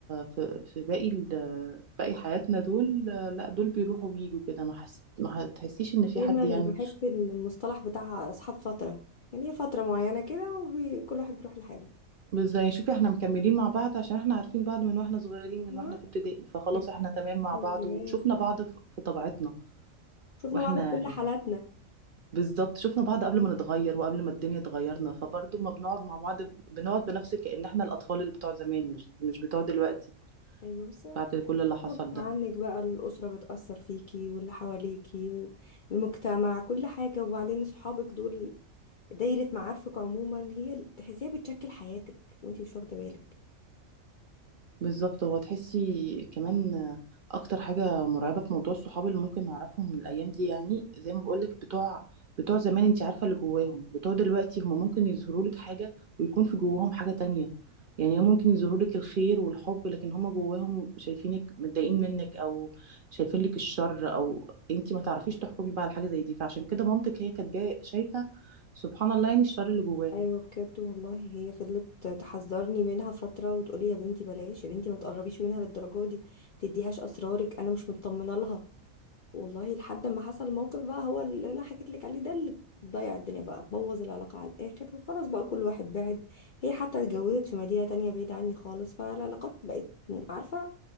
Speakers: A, on the right (about 55°); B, on the left (about 60°).
A: في في باقي ال- باقي حياتنا دول لا دول بيروحوا ويجوا كده ما حس ما تحسيش ان في
B: دايما
A: حد يعني
B: بحس ان المصطلح بتاع اصحاب فترة يعني هي فترة معينة كده وكل واحد بيروح لحاله
A: مش زي شوفي احنا مكملين مع بعض عشان احنا عارفين بعض من واحنا صغيرين من
B: تمام؟
A: واحنا في ابتدائي فخلاص
B: من
A: احنا تمام مع
B: من
A: بعض
B: زمان
A: وشفنا بعض في في طبيعتنا
B: شفنا
A: واحنا
B: بعض في كل حالاتنا
A: بالظبط شفنا بعض قبل ما نتغير وقبل ما الدنيا تغيرنا فبرضه ما بنقعد مع بعض بنقعد بنفس كأن احنا الاطفال اللي بتوع زمان مش مش بتوع دلوقتي
B: ايوه بس يعني
A: بعد كل اللي حصل
B: غصب
A: ده
B: عنك بقى الاسرة بتأثر فيكي واللي حواليكي والمجتمع كل حاجة وبعدين صحابك دول دايرة معارفك عموما هي اللي تحسيها بتشكل حياتك وانتي مش واخدة بالك
A: بالظبط هو تحسي كمان اكتر حاجه مرعبه في موضوع الصحاب اللي ممكن نعرفهم من الايام دي يعني زي ما بقولك بتوع بتوع زمان انت عارفه اللي جواهم بتوع دلوقتي هم ممكن يظهروا لك حاجه ويكون في جواهم حاجه تانية يعني ممكن يظهروا لك الخير والحب لكن هم جواهم شايفينك متضايقين
B: ايوه
A: منك او شايفين لك الشر او انت ما تعرفيش تحكمي بقى على حاجه زي دي فعشان كده مامتك هي كانت جايه شايفه سبحان الله يعني الشر اللي جواها
B: ايوه بجد والله هي فضلت تحذرني منها فترة وتقولي يا بنتي بلاش يا بنتي ما تقربيش منها للدرجة دي ما تديهاش اسرارك انا مش مطمنة لها والله لحد ما حصل موقف بقى هو اللي انا حكيت لك عليه ده اللي ضيع الدنيا بقى بوظ العلاقة على الاخر وخلاص بقى كل واحد بعد هي حتى اتجوزت في مدينة تانية بعيدة عني خالص فالعلاقات بقت عارفة